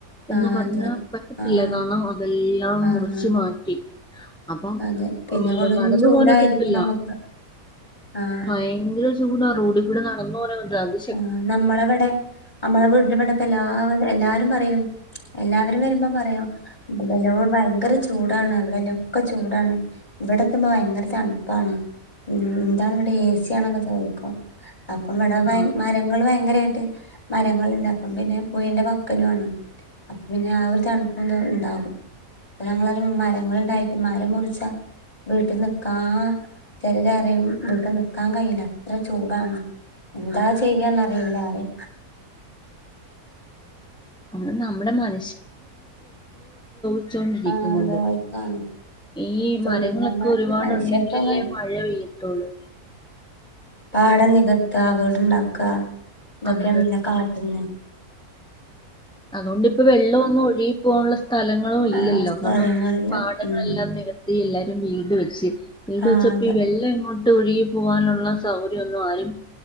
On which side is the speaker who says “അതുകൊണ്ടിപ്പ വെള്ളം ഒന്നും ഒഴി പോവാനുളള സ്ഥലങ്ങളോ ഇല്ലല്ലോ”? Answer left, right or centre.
Centre